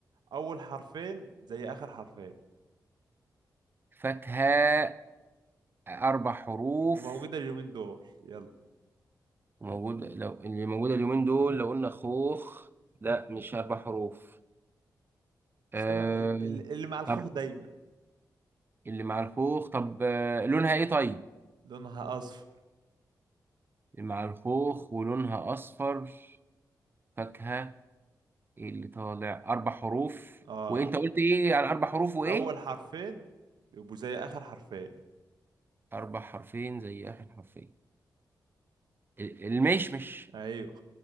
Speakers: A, on the right; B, on the right.
A: أول حرفين زي آخر حرفين
B: فاكهة اربع حروف
A: وموجودة اليومين دول يلا
B: موجودة لو اللي موجودة اليومين دول لو قلنا خوخ لا مش اربع حروف آه...
A: شبه ال- ال- اللي مع الخوخ
B: طب
A: دايما
B: اللي مع الخوخ طب آه... لونها ايه طيب
A: لونها أصفر
B: اللي مع الخوخ ولونها اصفر فاكهة إيه اللي طالع اربع حروف
A: آه
B: وانت قلت ايه على اربع حروف وايه
A: أول حرفين يبقوا زي آخر حرفين
B: أربع حرفين زي آخر حرفين ال- المشمش
A: أيوه